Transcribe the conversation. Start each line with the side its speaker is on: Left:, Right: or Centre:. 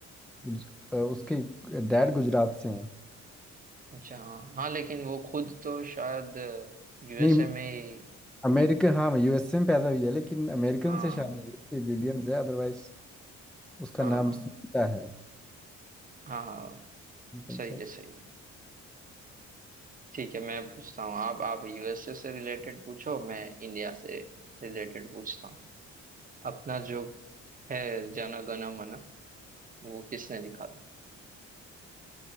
Centre: गुज- अ, उसके डैड गुजरात से हैं
Right: अच्छा हाँ हाँ लेकिन वो खुद तो शायद यूएसए
Centre: नहीं
Right: में ही
Centre: अमेरिकन हाँ यूएसए में पैदा हुई है लेकिन अमेरिकन
Right: हाँ
Centre: से शादी विलियम्स है अदरवाइज उसका
Right: हाँ
Centre: नाम
Right: हाँ
Centre: सुनीता है
Right: हाँ,
Centre: सिंपल
Right: सही
Centre: सा
Right: है सही है ठीक है मैं पूछता हूँ आप आप यूएसए से रिलेटेड पूछो मैं इंडिया से रिलेटेड पूछता हूँ अपना जो है जन गण मन वो किसने लिखा था